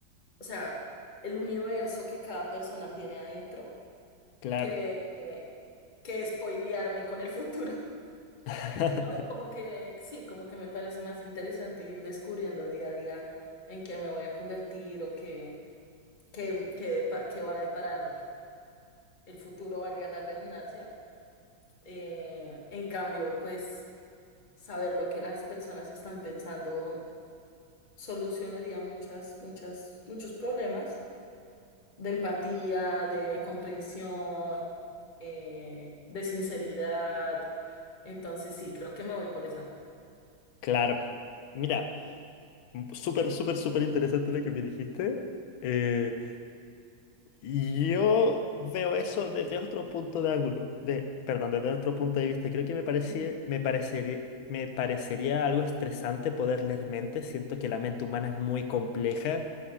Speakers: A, on the left; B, on the left.
A: o sea, el universo que cada persona tiene adentro
B: Claro.
A: que, eh, que spoilearme con el futuro.
B: <laughs>
A: No, como que sí, como que me parece más interesante ir descubriendo día a día en qué me voy a convertir o qué, qué, qué, depa- qué va a deparar el futuro, valga la redundancia. Eh, en cambio, pues saber lo que las personas están pensando solucionaría muchas, muchas, muchos problemas de empatía, de comprensión, eh, de sinceridad. Entonces sí, creo que me voy por esa.
B: Claro. Mira, m- súper, súper, súper interesante lo que me dijiste. Eh, Yo veo eso desde otro punto de ángulo, de, perdón, desde otro punto de vista. Creo que me parecía,
A: Ujú,
B: me parecer- me parecería algo estresante poder leer mentes. Siento que la mente humana es muy compleja